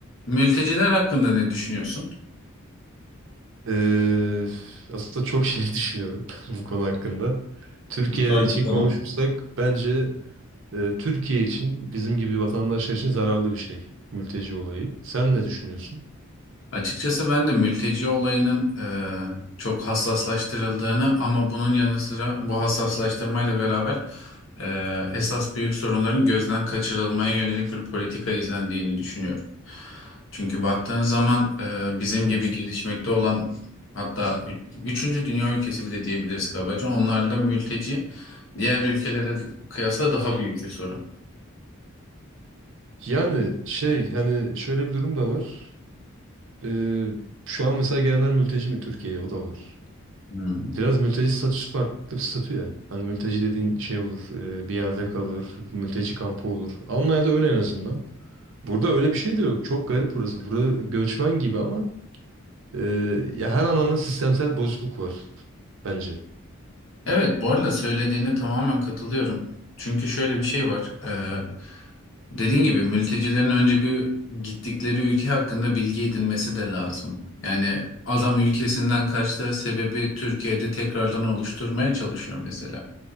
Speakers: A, on the left; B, on the right.
A: Mülteciler hakkında ne düşünüyorsun?
B: Eee, aslında çok şey <laughs> düşünüyorum <laughs> bu konu hakkında. Türkiye
A: Güzel
B: için
A: bir konu.
B: konuşursak bence e, Türkiye için bizim gibi vatandaşlar için zararlı bir şey mülteci olayı. Sen ne düşünüyorsun?
A: Açıkçası ben de mülteci olayının e, çok hassaslaştırıldığını ama bunun yanı sıra bu hassaslaştırmayla beraber e, esas büyük sorunların gözden kaçırılmaya yönelik bir politika izlendiğini düşünüyorum. Çünkü baktığın zaman e, bizim
B: Hı
A: gibi
B: hı.
A: gelişmekte olan hatta ü- üçüncü dünya ülkesi bile diyebiliriz kabaca. Onlarda mülteci diğer ülkelere kıyasla daha büyük bir sorun.
B: Yani şey hani şöyle bir durum da var. Eee, şu an mesela gelenler mülteci mi Türkiye'ye? O da var.
A: Hmm.
B: Biraz mülteci statüsü farklı bir statü ya. Hani mülteci dediğin şey olur, e, bir yerde kalır, mülteci kampı olur. Almanya'da öyle en azından. Burada öyle bir şey de yok. Çok garip burası. Burada göçmen gibi ama e, ya her anlamda sistemsel bozukluk var bence.
A: Evet, bu arada söylediğine tamamen katılıyorum. Çünkü şöyle bir şey var. Ee, dediğin gibi mültecilerin önce bir gittikleri ülke hakkında bilgi edinmesi de lazım. Yani adam ülkesinden kaçtığı sebebi Türkiye'de tekrardan oluşturmaya çalışıyor mesela.